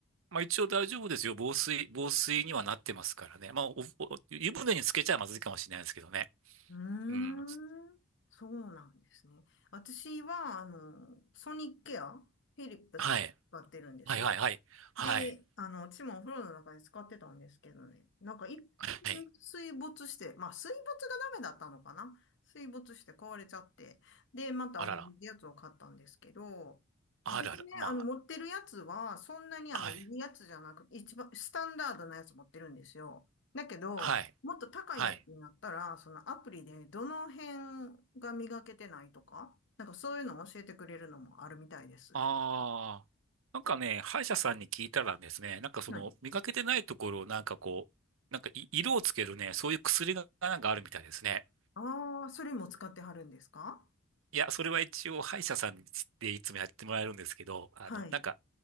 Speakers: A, on the right; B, on the left.
A: まあ一応大丈夫ですよ。防水、防水にはなってますからね。まあ、お、お湯船につけちゃまずいかもしれないですけどね。
B: ーん、
A: うん。
B: そうなんですね。私は、あの、ソニックケア、フィリップスの使ってるんですよ。
A: はい。はいはいはい。はい。
B: で、あの、私もお風呂の中で使ってたんですけどね。なんか一回
A: はい。
B: 水没して、まあ水没がダメだったのかな水没して壊れちゃって。で、また同じやつを買ったんですけど、
A: あらら。あらら。
B: ですね、
A: ま
B: あの、持ってるやつは、そんなにあの、
A: あ、はい。
B: いいやつじゃなく、一番、スタンダードなやつ持ってるんですよ。だけど、
A: はい。
B: もっと高いやつになったら、
A: はい。
B: そのアプリでどの辺が磨けてないとか、なんかそういうのを教えてくれるのもあるみたいです。
A: ああ。なんかね、歯医者さんに聞いたらですね、なんかその、
B: はい
A: 磨けてないところをなんかこう、なんかい色をつけるね、そういう薬がなんかあるみたいですね。
B: ああ、それも使ってはるんですか
A: いや、それは一応歯医者さんでいつもやってもらえるんですけど、あの、
B: はい。
A: なんか、